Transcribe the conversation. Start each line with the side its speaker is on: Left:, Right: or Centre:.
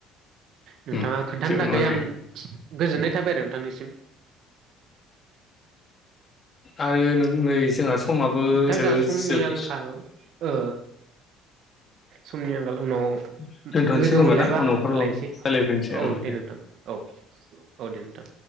Right: नोंथाङा
Left: उम
Right: खोन्थानो
Left: जेबो
Right: थाखायै
Left: नङा दे
Right: आं गोजोननाय थाबाय आरो नोंथांनिसिम
Left: आरो नै जोंहा समाबो
Right: नोंथां
Left: जोब
Right: जोंहा समनि आंखाल ओ समनि आंगाल उनाव
Left: दोनथ'नोसै
Right: लोगो
Left: खोमा
Right: मोनलायबा
Left: ना उनावफोर
Right: लायसै
Left: रायलायफिनसै
Right: औ
Left: ओं
Right: दे नोंथां औ औ दे नोंथां